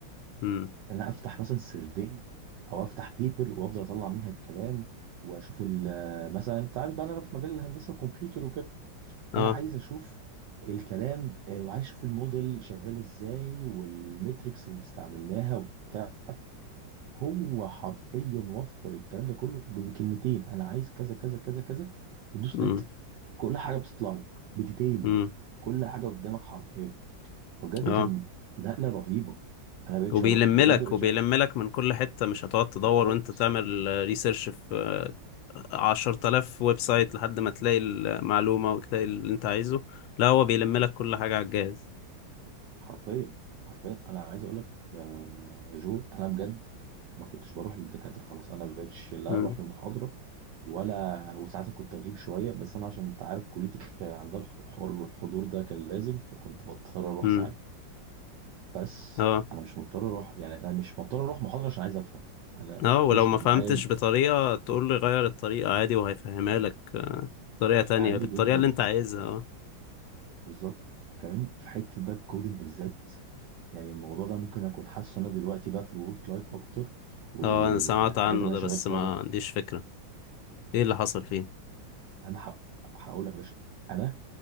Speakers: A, on the left; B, on the right.
A: امم
B: إن أنا أفتح مثلا سيرفي أو أفتح بيبر وأفضل أطلع منها الكلام وأشوف ال- آه، مثلا أنت عارف بقى أنا في مجال الهندسة والكمبيوتر وكده فأنا
A: اه
B: عايز أشوف الكلام آه، وعايز أشوف الموديل شغال إزاي والميتريكس اللي استعملناها وبتاع هو حرفيا وفر الكلام ده كله ب- بكلمتين انا عايز كذا كذا كذا كذا وتدوس
A: امم
B: انتر كل حاجه بتطلع لك بديتيل
A: امم
B: بقى. كل حاجه قدامك حرفيا فبجد
A: اه
B: كان نقله رهيبه انا بقيت
A: وبيلم
B: شر... بجد
A: لك
B: بقيت
A: وبيلم
B: شر...
A: لك من كل حته مش هتقعد تدور
B: بالظبط
A: وانت تعمل ريسيرش في آه، 10000 ويب سايت لحد ما تلاقي المعلومه وتلاقي اللي انت عايزه لا هو بيلم لك كل حاجه على الجهاز
B: حرفيا حرفيا انا عايز اقول لك آه، جو انا بجد ما كنتش بروح للدكاتره خلاص انا ما بقتش لا
A: امم
B: اروح لمحاضره ولا وساعات كنت اغيب شويه بس انا عشان انت عارف كليتي كان عندها الح- حوار الحضور ده كان لازم فكنت بضطر اروح
A: امم
B: ساعات بس
A: اه
B: انا مش مضطر اروح يعني انا مش مضطر اروح محاضره عشان عايز افهم انا
A: اه ولو
B: قشطه
A: ما فهمتش
B: معايا ال-
A: بطريقة تقول له غير الطريقة عادي وهيفهمها لك آه، طريقة تانية
B: عادي
A: بالطريقة
B: جدا
A: اللي انت عايزها اه
B: بالظبط كمان في حته بقى الكودينج بالذات يعني الموضوع ده ممكن اكون حاسه انا دلوقتي بقى في الورك لايف اكتر والحاجات
A: اه انا سمعت عنه
B: اللي انا
A: ده
B: شغال
A: بس
B: فيها
A: ما
B: دول
A: عنديش فكرة ايه اللي حصل فيه
B: انا ح- هقول لك يا باشا انا